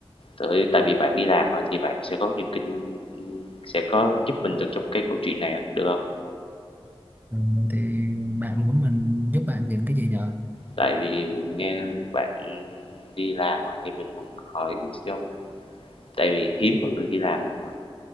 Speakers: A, on the left (about 65°); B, on the right (about 20°).
A: Tại tại vì bạn đi làm mà thì bạn sẽ có nhiều kinh sẽ có giúp mình được trong cái câu chuyện này á, được không
B: Ờ, thì bạn muốn mình giúp bạn những cái gì nhờ?
A: Tại vì nghe bạn đi làm rồi thì mình muốn hỏi cho tại vì hiếm có người đi làm nào mà